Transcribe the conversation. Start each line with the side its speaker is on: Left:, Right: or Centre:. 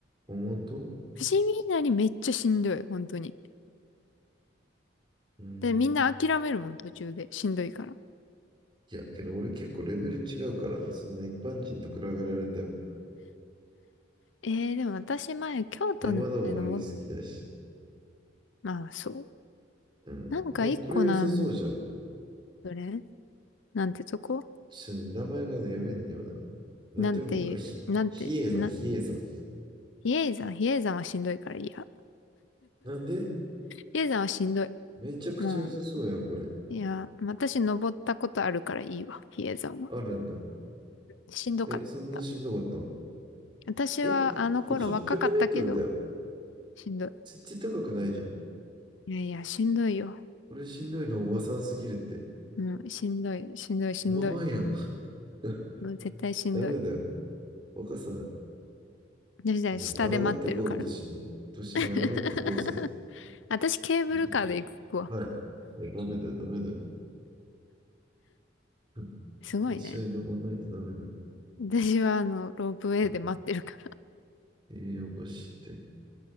Right: あ本当
Left: 伏見稲荷めっちゃしんどい。本当に。
Right: うーん。
Left: で、みんな諦めるもん、途中で。しんどいから。
Right: いや、けど俺結構レベル違うからな。そんな一般人と比べられても。
Left: えー、でも私前、京都の間も、
Right: 山登り好きだし。
Left: まあ、そう。
Right: うん。
Left: なんか一個なん、
Right: え、これ良さそうじゃん。
Left: どれなんてとこ
Right: ちょっとね、名前がね、読めんよな。なんて読むこれ。
Left: なんていう、
Right: ひ、
Left: なんて、
Right: 比叡山、
Left: な、
Right: 比叡山。
Left: 比叡山、比叡山はしんどいからいいや。
Right: なんで
Left: 比叡山はしんどい。
Right: めちゃくちゃ良さそうやん、
Left: も
Right: これ。
Left: う、いや、私登ったことあるからいいわ、比叡山は。
Right: あるんだ。
Left: しんどかった。
Right: え、そんなしんどかったん
Left: 私はあの頃若かったけど、
Right: え、800メートルだよ。
Left: しんど
Right: 絶対高くないじゃん。
Left: い。いやいや、しんどいよ。
Right: これしんどいのおばさんすぎるって。
Left: もう、しんどい、しんどい、しんどい。
Right: おばはんやん。<laughs>
Left: もう絶対しんどい。
Right: ダメだよ。若さ、
Left: 私は下で待ってるから。
Right: ね、抗ってこいよ、年に。年に抗ってこうぜ。
Left: <laughs> 私ケーブルカーで行くわ。
Right: うんはい。はい、ダメだよ、ダメだよ。<laughs>
Left: すごいね。
Right: 一緒に登らないとダメだよ。
Left: 私はあの、ロープウェイで待ってるから。
Right: うん。ええおかしいって。